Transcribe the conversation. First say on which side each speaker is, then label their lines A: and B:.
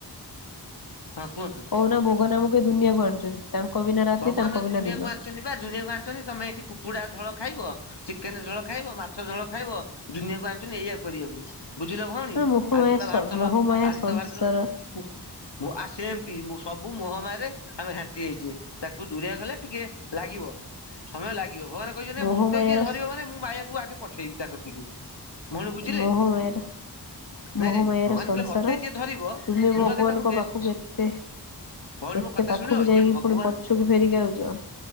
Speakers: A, on the left; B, on the left.
A: ହଁ କୁହନ୍ତୁ।
B: କହୁନ ଭଗବାନ ଆମକ ଏଦୁନିଆକୁ ଆଣିଛନ୍ତି, ତାଙ୍କ ବିନା ରାତି
A: ଭଗବାନ
B: ତାଙ୍କ
A: ଜୁନିଆକୁ
B: ବିନା ଦିନ
A: ଆଣିଛନ୍ତି ବା ଦୁନିଆକୁ ଆଣିଛନ୍ତି, ତମେ ଏଠି କୁକୁଡ଼ା ଝୋଳ ଖାଇବ ଚିକେନ ଝୋଳ ଖାଇବ, ମାଛ ଝୋଳ ଖାଇବ ଦୁନିଆକୁ ଆଣିଛନ୍ତିି ଏଇଆ କରିବାକୁ। ବୁଝିଲ ଭଉଣୀ,
B: ନା ମୋହମାୟା
A: ଆଜି ବା ବାହାରୁଥଲ
B: ମୋହମାୟା
A: ଆଜି
B: ସଂସାର
A: ତ ବାହାରୁଥିଲ କୁ କୁ ଆ ସେମିତି ମୁଁ ସବୁ ମୋହମାରରେ ଆମେ ଘାଣ୍ଟି ହେଇଛେ ତାକୁ ଦୂରିଆ ଗଲେ ଟିକେ ଲାଗିବ ସମୟ ଲାଗିବ ଭଗବାନ କହିଛନ୍ତି
B: ମୋହମାୟାର
A: ମତେ ଯିଏ ଧରିବ ମାନେ ମୁଁ ମାୟାକୁ ଆଗେ ପଠେଇବି ତା କତିକି ଭଉଣୀ ବୁଝିଲେ
B: ମୋହମାୟାଟା ମହମାୟାର
A: ନାଇଁ ନାଇଁ ନାଇଁ ଭଗବାନ
B: ସଂସାର
A: କହିଲେ ମତେ ଯିଏ ଧରିବ
B: ତୁମେ ଭଗବାନଙ୍କ
A: ମୁଁ ଆଗେ ତାକୁ ଟେଷ୍ଟ
B: ପାଖକୁ କେତେ
A: ଭଉଣୀ
B: ଏତେ
A: ମୋ କଥା
B: ପାଖକୁ
A: ଶୁଣିବ ଯିଏ
B: ଯାଇକି
A: ଭଗବାନ
B: ପୁଣି ପଛକୁ ଫେରିକି ଆଉଛ